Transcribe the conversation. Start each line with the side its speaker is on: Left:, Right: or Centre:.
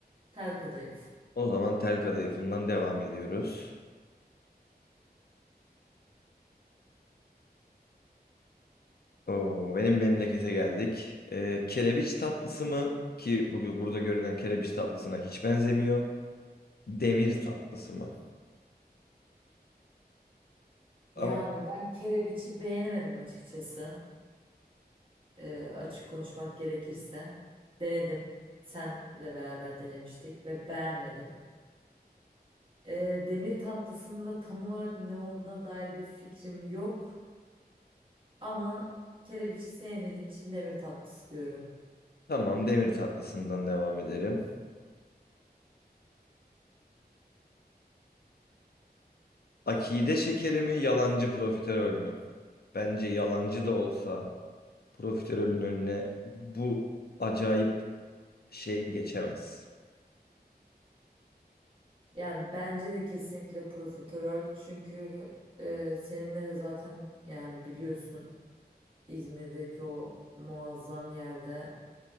Right: tel kadayıf.
Left: O zaman tel kadayıfından devam ediyoruz. Oo, benim memlekete geldik. Ee, kerebiç tatlısı mı ki bu, burada görünen kerebiç tatlısına hiç benzemiyor. Demir tatlısı mı? Ama
Right: Yani ben kerebiçi beğenemedim açıkçası. e, açık konuşmak gerekirse denedim. Senle beraber denemiştik ve beğenmedim. E, demir tatlısının da tam olarak ne olduğuna dair bir fikrim yok. Ama kerebiçi sevmediğim için demir tatlısı diyorum.
Left: tamam demir tatlısından devam edelim. Akide şekeri mi yalancı profiterol mü? Bence yalancı da olsa profiterolün önüne bu acayip şey geçemez.
Right: Yani bence de kesinlikle profiterol çünkü e, seninle de zaten yani biliyorsun İzmir'deki o muazzam yerde